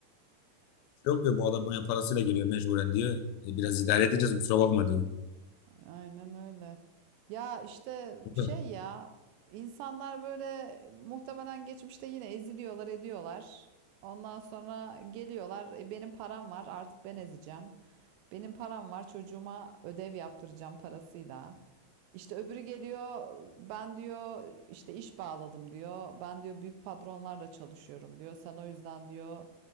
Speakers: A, on the left; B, on the right.
A: Yok diyor bu adam bana parasıyla geliyor mecburen diyor. E, biraz idare edeceğiz kusura bakma diyor.
B: Aynen öyle. Ya işte şey
A: Hı.
B: ya insanlar böyle muhtemelen geçmişte yine eziliyorlar ediyorlar. Ondan sonra geliyorlar "E, benim param var artık ben ezeceğim. Benim param var çocuğuma ödev yaptıracağım parasıyla. İşte öbürü geliyor ben diyor işte iş bağladım diyor. Ben diyor büyük patronlarla çalışıyorum diyor. Sen o yüzden diyor